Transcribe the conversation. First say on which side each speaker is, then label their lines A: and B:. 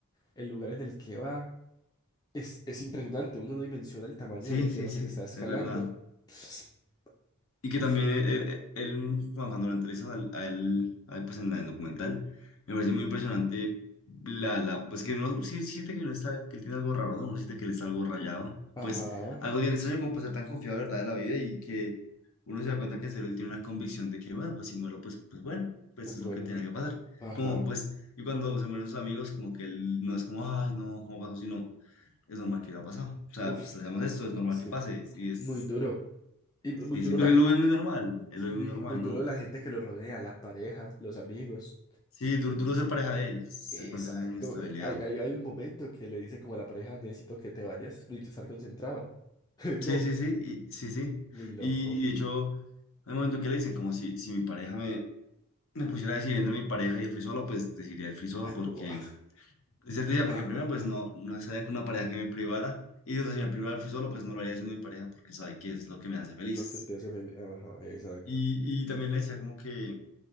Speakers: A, on the left; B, on the left.
A: el lugar en el que va, es, es impresionante, uno no dimensiona el tamaño
B: Sí,
A: de,
B: sí,
A: de lo
B: sí,
A: que se está escalando.
B: es verdad.
A: <sniffs>
B: Y que
A: Uf,
B: también él, él- él, bueno, cuando lo entrevistan al- a él, a él, pues en la- en el documental, me parece muy impresionante la, la, pues que no, sí, sí siente que no está, que él tiene algo raro, ¿no? Uno siente que él está algo rayado.
A: Ajá,
B: Pues algo bien extraño como pues, ser tan confiado, ¿verdad? De la vida y que uno se da cuenta que en serio él tiene una convicción de que, bueno, pues si muero, pues, pues bueno, pues
A: pues
B: es
A: bueno,
B: lo que tiene que pasar.
A: ajá.
B: Como, pues, y cuando se mueren sus amigos, como que él no es como, ay, no, ¿cómo pasó? Sino, es normal que haya pasado. O sea,
A: Uf,
B: pues hacemos esto, es normal
A: es
B: que
A: que
B: pase. Y es
A: muy duro. Y mu- muy
B: Sí,
A: duro
B: sí, pero
A: la
B: él
A: gente.
B: lo ve muy normal, él
A: Sí,
B: lo ve
A: muy,
B: muy normal,
A: muy duro
B: ¿no?
A: la gente que lo rodea, la pareja, los amigos.
B: Sí, duro, duro ser pareja de él, se-
A: Exacto.
B: con esa inestabilidad.
A: eh, Hay, hay, hay un momento que le dice como a la pareja, necesito que te vayas, necesito estar concentrado. <laughs>
B: Sí,
A: No,
B: sí, sí, y, sí, sí.
A: muy loco.
B: Y, y de hecho, hay momentos que le dicen como si, si mi pareja me, me pusiera a decir entre mi pareja y el free solo, pues decidiría el free solo porque,
A: Buah,
B: es cierto, decía,
A: <laughs>
B: porque primero pues no, no estaría con una pareja que me privara, y entonces si me privara el free solo, pues no lo haría siendo mi pareja porque sabe que es lo que me hace feliz.
A: Lo que te hace feliz. Ajá, exacto.
B: Y, y también le decía como que,